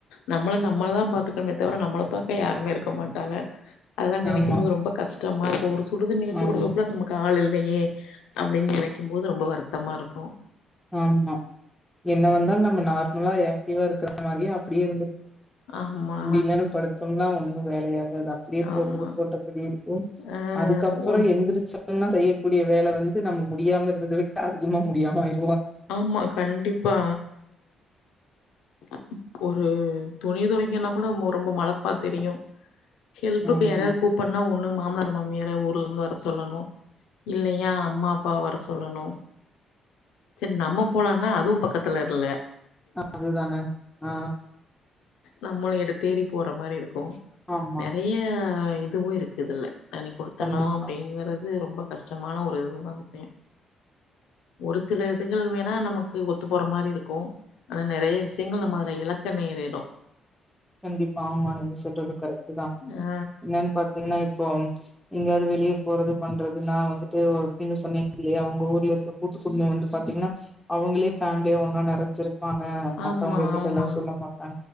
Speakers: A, on the left (about 85°); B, in the centre.
A: நம்மள நம்மளதான் பாத்துகனுமே தவர நம்மள பாக்க யாருமே இருக்க மாட்டாங்க அதல்லா நினைக்கும்
B: ஆமா
A: போது ரொம்ப கஷ்டமா இருக்கு ஒரு சுடு தண்ணி வச்சி
B: ஆமா
A: கொடுக்க கூட நமக்கு ஆள் இல்லை ஏ அப்பிடின்னு நெனைக்கும்போது ரொம்ப வருத்தமா இருக்கும்
B: ஆமா என்ன வந்தாலு நம்ம நார்மலா ஆக்டிவா இருக்கிற மாரியே அப்படியே இருந்து
A: ஆமா
B: முடியலன்னு படுதோம்னா ஒண்ணும் வேலயாகாது அது அப்டியே
A: ஆமா
B: போட்டது போட்டபடி இருக்கும்
A: ஆ
B: அதுக்கப்பறம்
A: ஒன்
B: எந்திரிச்சா ஒண்ணா செய்யக்க கூடிய வேல வந்து நம்ம முடியாம இருந்தத விட்டு அதிகமா முடியாம ஆயிடு
A: ஆமா கண்டிப்பா ஆ ஒரு துணி துவைக்கனா குட ரொம்ப மளப்பா தெரியு ஹெல்ப்புக்கு
B: ஆமா
A: யாராது கூப்பனுனா ஒண்ணு மாமனார் மாமியார‌ ஊர்ல இருந்து வர சொல்லணு இல்லையா அம்மா அப்பா வர சொல்லணு
B: <inaudible>
A: சரி நம்ம போலான்னா அதுவும் பக்கத்துல இல்ல
B: ஆ அது தானே ஆ
A: நம்மளும் எடுத்தேறி போற மாரி இருக்கும்
B: ஆமா
A: நெறய இதுவும் இருக்கு இதுல தனி குடுத்தணு
B: கண்டிப்பா
A: அப்பிடிங்கறது ரொம்ப கஷ்டமான ஒரு இதுதான் விஷயம் ஒரு சில இதுகள் வேணா நமக்கு ஒத்து போற மாரி இருக்கு ஆனா நெறய விஷயங்கள் நம்ம அதுல இலக்க நேரிடும்
B: கண்டிப்பா ஆமா நீங்க சொல்றது கரெக்ட் தான்
A: ஆ
B: என்னன்னு பாத்தீங்கன்னா இப்போ எங்காது வெளியே போறது பண்றதுன்னா வந்துட்டு நீங்க சொன்னீங்க இல்லயா உங்க ஊர்ல இருக்க கூ குடும்பம் வந்து பாத்தீங்கன்னா அவங்களே பேமிலியா ஒன்னா நெறச்சிருக்கு வாங்க மத்தவங்க
A: ஆமா
B: கிட்டலா
A: ஆமா
B: சொல்ல மாட்டா